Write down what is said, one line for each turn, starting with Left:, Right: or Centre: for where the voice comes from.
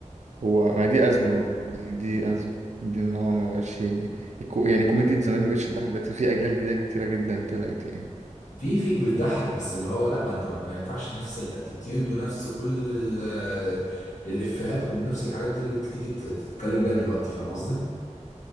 Right: هو ما دي أزمة برضه، دي, دي أزمة دي إن هو ما بقاش ي- الكو... يعني كوميديا زمان ما بقتش تضحك دلوقتي في أجيال جديدة كتيرة جدا طلعت يعني
Left: في في بيضحك بس اللي هو لا ما انت ما ما ينفعش نفس الاتيتيود ونفس كل ال- الافيهات ونفس الحاجات دي اللي انت تيجي تتكلم بيها دلوقتي فاهم قصدي؟